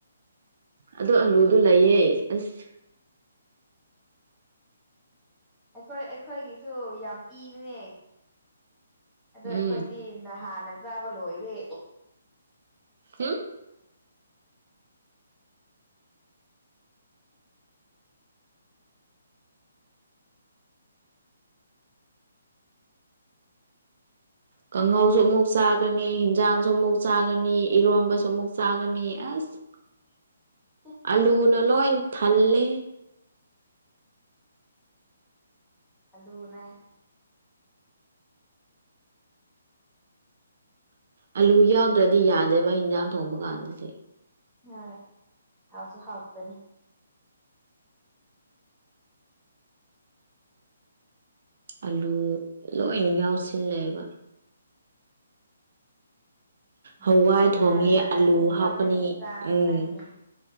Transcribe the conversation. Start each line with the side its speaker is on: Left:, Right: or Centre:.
Right: ꯑꯗꯨ ꯑꯂꯨꯗꯨ ꯂꯩꯌꯦ ꯑꯁ
Centre: ꯑꯩꯈꯣꯏ ꯑꯩꯈꯣꯏꯒꯤꯁꯨ ꯌꯥꯝ ꯄꯤꯕꯅꯦ ꯑꯗꯣ ꯑꯩꯈꯣꯏꯗꯤ
Right: ꯎꯝ
Centre: ꯅꯍꯥꯟꯅ ꯆꯥꯕ ꯂꯣꯏꯔꯦ
Right: ꯍꯨꯝ ꯀꯥꯡꯍꯧꯁꯨ ꯑꯃꯨꯛ ꯆꯥꯒꯅꯤ ꯏꯟꯖꯁꯥꯡꯁꯨ ꯑꯃꯨꯛ ꯆꯥꯒꯅꯤ ꯏꯔꯣꯟꯕꯁꯨ ꯑꯃꯨꯛ ꯆꯥꯒꯅꯤ ꯑꯁ
Centre: <unintelligible>
Right: ꯑꯂꯨꯅ ꯂꯣꯏ ꯊꯜꯂꯦ
Centre: ꯑꯂꯨꯅꯦ꯫ <unintelligible>
Right: ꯑꯂꯨ ꯌꯥꯎꯗ꯭ꯔꯗꯤ ꯌꯥꯗꯦꯕ ꯍꯤꯟꯖꯥꯡ ꯊꯣꯡꯕ ꯀꯥꯟꯗꯗꯤ꯫
Centre: ꯍꯣꯏ ꯍꯥꯎꯁꯨ ꯍꯥꯎꯄꯅꯦ <unintelligible>
Right: ꯑꯂꯨ ꯂꯣꯏꯟ ꯌꯥꯎꯁꯤꯜꯂꯦꯕ꯫ ꯍꯋꯥꯏ
Centre: ꯌꯦꯟ
Right: ꯊꯣꯡꯉꯦ
Centre: ꯍꯥꯏꯔꯒ
Right: ꯑꯂꯨ ꯍꯥꯞꯀꯅꯤ
Centre: ꯌꯥꯎꯗ꯭ꯔꯗꯤ ꯆꯥꯕ
Right: ꯎꯝ꯫
Centre: ꯅꯨꯡꯉꯥꯏꯇꯦꯅꯦ